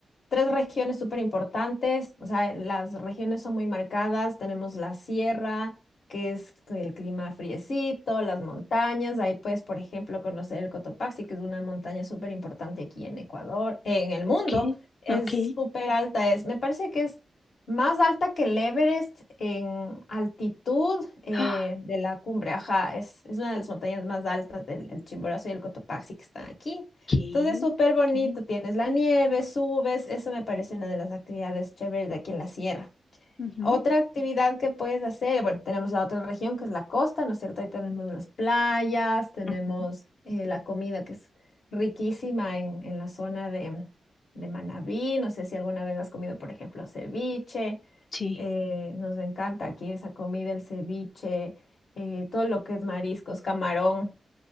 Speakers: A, on the left; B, on the left.
A: tres regiones súper importantes, o sea, las regiones son muy marcadas, tenemos la sierra, que es el clima friecito, las montañas, ahí puedes, por ejemplo, conocer el Cotopaxi, que es una montaña súper importante aquí en Ecuador, en el mundo,
B: Ok,
A: es
B: ok.
A: súper alta, es, me parece que es más alta que el Everest en altitud eh,
B: <gasps> ah,
A: de la cumbre, ajá, es, es una de las montañas más altas del el Chimborazo y el Cotopaxi que están aquí.
B: Ok,
A: Entonces, súper bonito,
B: ok.
A: tienes la nieve, subes, eso me parece una de las actividades chéveres de aquí en la sierra.
B: ujú,
A: Otra actividad que puedes hacer, bueno, tenemos la otra región que es la costa, ¿no es cierto? Ahí tenemos las playas, tenemos
B: ujú,
A: eh, la comida que es riquísima en, en la zona de, de Manabí, no sé si alguna vez has comido, por ejemplo, ceviche,
B: Sí,
A: eh, nos encanta aquí esa comida, el ceviche, eh, todo lo que es mariscos, camarón.